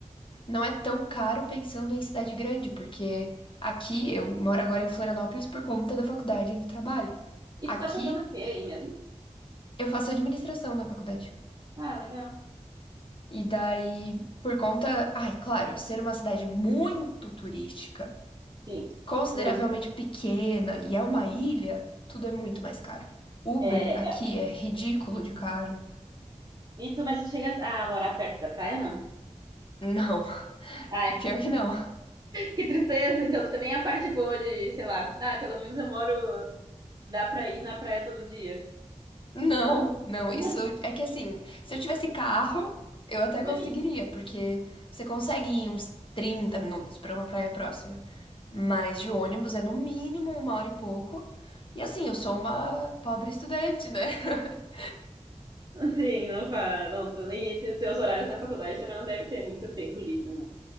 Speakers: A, on the left; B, on the right.
A: Não é tão caro pensando em cidade grande, porque aqui eu moro agora em Florianópolis por conta da faculdade e do trabalho.
B: E
A: Aqui
B: tu tá fazendo o quê aí mesmo?
A: eu faço administração na faculdade.
B: Ah, legal.
A: E daí, por conta, ai, claro, ser uma cidade muito turística,
B: Sim,
A: consideravelmente
B: muito.
A: pequena e é uma ilha, tudo é muito mais caro. Uber
B: É,
A: aqui
B: é.
A: é ridículo de caro.
B: E tu, mas tu chega a morar perto da praia ou não?
A: Não, <laughs>
B: Ai,
A: pior que não.
B: Que tristeza, então não tem nem a parte boa de, sei lá, ah, pelo menos eu moro, dá pra ir na praia todo dia.
A: Não,
B: Não?
A: não,
B: <laughs>
A: isso
B: Não,
A: é que assim, se eu tivesse carro, eu até
B: daria.
A: conseguiria, porque você consegue ir uns 30 minutos para uma praia próxima. Mas de ônibus é no mínimo uma hora e pouco. E assim, eu sou uma pobre estudante, né? <laughs>
B: Sim, não faz. Não, e os teus horários da faculdade também não deve ter muito tempo livre, né?